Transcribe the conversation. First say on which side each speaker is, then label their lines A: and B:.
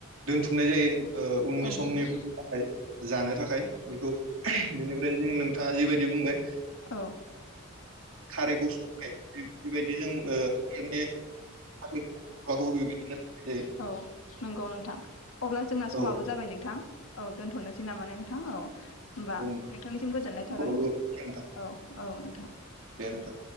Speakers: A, on the right; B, on the left.
A: दोनथुमनाय जायो उननि
B: औ
A: समनि
B: नोंथां
A: थाखाय जानो थाखाय बेखौ बेनिफ्राय जों नोंथाङा जिबायदि बुंबाय
B: औ
A: खारैखौ संनाय बेबायदि जों मे <unintelligible>
B: औ नंगौ नोंथां अब्ला जोंना
A: जायो।
B: समाबो
A: औ
B: जाबाय नोंथां औ दोनथ'नोसै नामा नोंथां औ होमबा
A: औ
B: नोंथांनिसिम गोजोननाय थाबाय
A: नोंथां
B: औ औ नोंथां
A: दे नोंथां